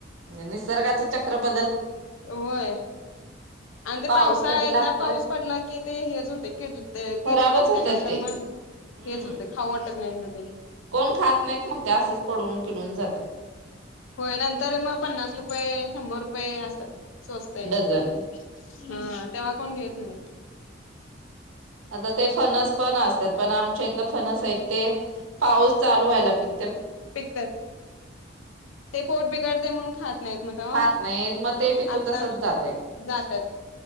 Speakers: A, on the right; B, on the left.
A: निसर्गाच चक्रब
B: होय आणि ते
A: पाऊस
B: पावसा
A: कधी
B: एकदा
A: लागतोय
B: पाऊस पडला की ते हेच होतय किड कीडच
A: खराबच
B: लागत्या
A: होत्यात
B: नंतर
A: ते.
B: मग
A: हम्म
B: हेच होते खा तग् नाही ममध्ये
A: कोण खात नाहीत मग ते असच पडून किडून जातात
B: होय नंतर मग पन्नास रुपये शंभर रुपये असतात स्वस्त एकदम
A: डझन.
B: हा तेव्हा कोण घेत नाहीत?
A: आता ते फनस पण असतात पण आमच्या इथलं फनस आहेत ते पाऊस चालू व्हायला पिक
B: पिकतात ते पोट बिघडते म्हणून खात नाहीत म्हण
A: खात नाहीत मग ते पिकून
B: आत्ता
A: तसच जातय
B: जात्यात